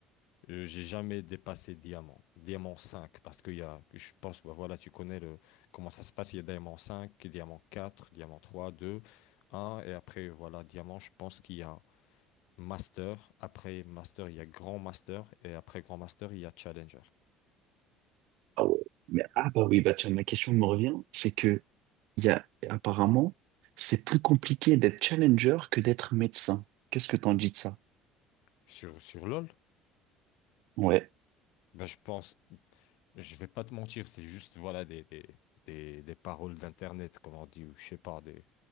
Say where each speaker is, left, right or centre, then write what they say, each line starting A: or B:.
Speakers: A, on the left; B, on the right.
A: Euh, J'ai jamais dépassé diamant, diamant 5 parce qu'il y a, je pense, bah voilà, tu connais le, comment ça se passe, il y a diamant 5 diamant 4 diamant trois deux un et après, voilà, diamant, je pense qu'il y a master, après master, il y a grand master, et après grand master, il y a challenger.
B: Ah ouais. Mais, ah bah oui, bah tiens, ma question me revient, c'est que il y a apparemment c'est plus compliqué d'être challenger que d'être médecin. Qu'est-ce que t'en dis de ça?
A: Sur, sur LoL,
B: Ouais.
A: ben je pense, je vais pas te mentir, c'est juste, voilà, des, des, des, des paroles d'internet, comme on dit, ou je sais pas, des,